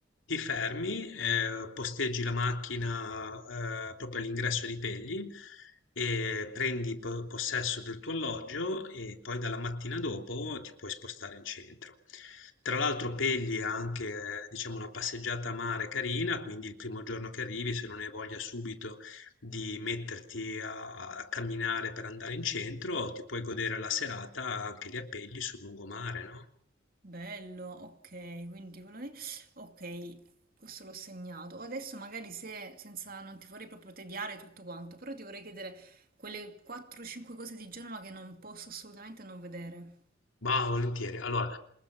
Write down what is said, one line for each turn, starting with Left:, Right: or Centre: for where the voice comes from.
Left: ti fermi, eh, posteggi la macchina, eh, proprio all'ingresso di Pegli e prendi po- possesso del tuo alloggio e poi dalla mattina dopo ti puoi spostare in centro. Tra l'altro Pegli ha anche, eh, diciamo, una passeggiata a mare carina, quindi il primo giorno che arrivi, se non hai voglia subito di metterti a, a camminare per andare in centro, ti puoi godere la serata anche lì a Pegli sul lungomare, no?
Right: Bello, ok, quindi quello lì, ok, questo l'ho segnato. Adesso magari se, senza, non ti vorrei proprio tediare tutto quanto, però ti vorrei chiedere quelle 4-5 cose di Genova che non posso assolutamente non vedere.
Left: Va, volentieri. Allora,